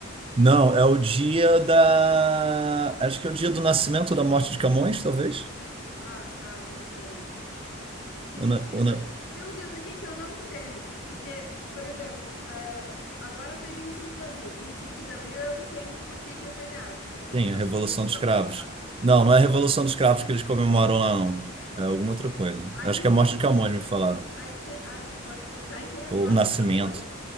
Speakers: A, on the right; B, on the left.
A: Não, é o dia da. Acho que é o dia do nascimento ou da morte de Camões, talvez?
B: Ah, pá, nem sei. É porque tem
A: Ou
B: uns
A: na-
B: dias
A: ou na-
B: aqui, tem uns dias aqui que eu não entendo, porque, por exemplo, é, agora foi 25 de abril. vinte e cinco de abril eu entendo por que que é feriado, porque
A: Sim,
B: foi
A: a Revolução
B: a Revolução
A: dos Cravos.
B: dos Cravos.
A: Não, não é a Revolução dos Cravos que eles comemoram lá, não. É alguma outra coisa.
B: Aí
A: Acho que é a morte
B: tem,
A: de Camões, me falaram.
B: aí tem, a- pode ser, aí tem a
A: Ou
B: morte
A: o nascimento.
B: de Camões,